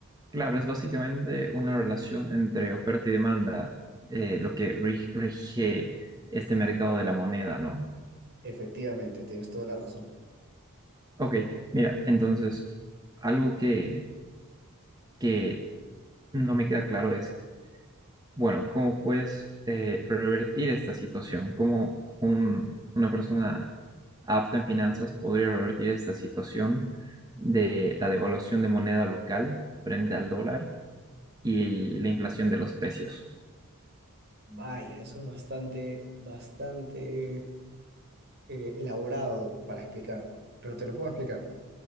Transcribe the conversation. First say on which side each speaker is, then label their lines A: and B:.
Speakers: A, on the right; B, on the right.
A: Claro, es básicamente una relación entre oferta y demanda, eh, lo que ri- rige este mercado de la moneda, ¿no?
B: Efectivamente, tienes toda la razón.
A: Ok, mira, entonces, algo que, que no me queda claro es bueno, ¿cómo puedes eh, revertir esta situación? ¿Cómo un- una persona apta en finanzas podría revertir esta situación de la devaluación de moneda local frente al dólar y la inflación de los precios?
B: Vaya, eso es bastante, bastante eh, elaborado para explicar, pero te lo puedo explicar.